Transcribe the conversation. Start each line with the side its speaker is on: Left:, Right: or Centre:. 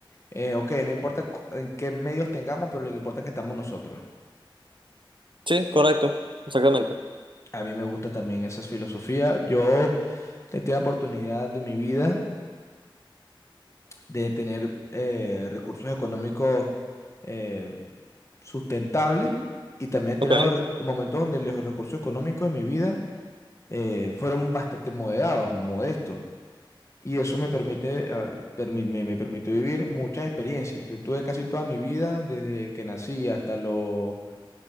Left: eh, ok, no importa cu- en qué medios tengamos, pero lo que importa es que estamos nosotros.
Right: Sí, correcto, exactamente.
Left: A mí me gusta también esa filosofía. Yo he tenido la oportunidad de mi vida de tener eh, recursos económicos eh, sustentables y también he
Right: Ok,
Left: tenido re- momentos donde los recursos económicos de mi vida eh, fueron bastante moderados, modestos. Y eso me permite, ah, permi- me, me permitió vivir muchas experiencias. Yo tuve casi toda mi vida, desde que nací hasta los